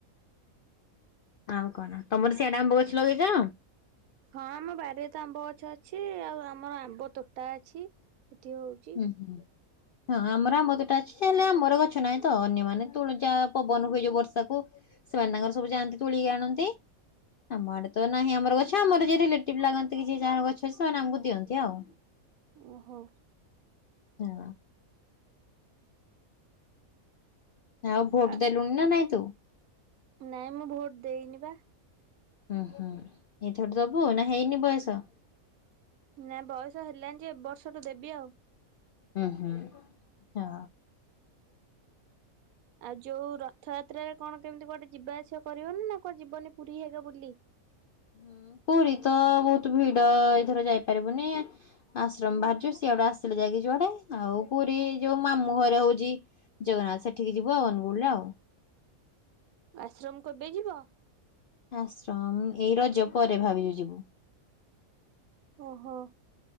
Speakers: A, on the left; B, on the right.
A: ଆଉ କଣ ତମର ସିଆଡେ ଆମ୍ବ ଗଛ ଲଗେଇଛ
B: ହଁ ଆମ ବାଡିରେ ତ ଆମ୍ବ ଗଛ ଅଛି ଆଉ ଆମର ଆମ୍ବ ତୋଟା ଅଛି। ଏଠି ହଉଛି।
A: ହୁଁ ହୁଁ। ହଁ ଆମର ଆମ୍ବ ଦୁଟା ଅଛି ତାହେଲେ ଆମର ଗଛ ନାହିଁ ତ ଅନ୍ୟମାନୋନ ତୁ ଯାହା ପବନ ହୁଏ ଯୋଉ ବର୍ଷାକୁ ସେମାନେ ତାଙ୍କର ସବୁ ଯାଆନ୍ତି ତୁଳିକି ଆଣନ୍ତି। ଆମଆଡେ ତ ନାହିଁ ଆମର ଗଛ ଆମର ରିଲେଟିଭ ଲାଗନ୍ତି କି ଯାହା ଗଛ ସେମାନେ ଆମକୁ ଦିଅନ୍ତି ଆଉ
B: ଓହୋ
A: ହଁ ଆଉ ଭୋଟ
B: ଆ
A: ଦେଲୁଣି ନା ନାଇଁ ତୁ
B: ନାଇଁ ମୁଁ ଭୋଟ ଦେଇନିପା
A: ହୁଁ ହୁଁ ଏଇଥଠୁ ଦବୁ ନା ହେଇନି ବୟସ
B: ନା ବୟସ ହେଲାଣି ଯେ ବର୍ଷଠୁ ଦେବି ଆଉ
A: ହୁଁ ହୁଁ ହଁ
B: ଆଉ ଯୋଉ ରଥଯାତ୍ରାରେ କଣ କେମିତି ଗୋଆଟେ ଯିବାଆସିବା କରିବନି ନା କୋ ଜୀବନୀ ପୁରୀ ହେଇଗ ବୁଲି।
A: ହୁଁ ପୁରୀ ତ ବହୁତ ଭିଡ ଏଇଥର ଯାଇପାରିବୁନି ଆଶ୍ରମ ବାହାରଛୁ ସିଆଡେ ଆସିଲେ ଯାଇକି ଯୁଆଡେ ଆଉ ପୁରୀ ଯୋଉ ମାମୁଁ ଘରେ ହଉଛି ଜଗନ୍ନାଥ ସେଠିକି ଯିବୁ ଆଉ ଅନୁଗୁଳରେ ଆଉ
B: ଆଶ୍ରମ କବେ ଯିବ?
A: ଆଶ୍ରମ ଏଇ ରଜ ପରେ ଭାବିଛୁ ଯିବୁ
B: ଓହୋ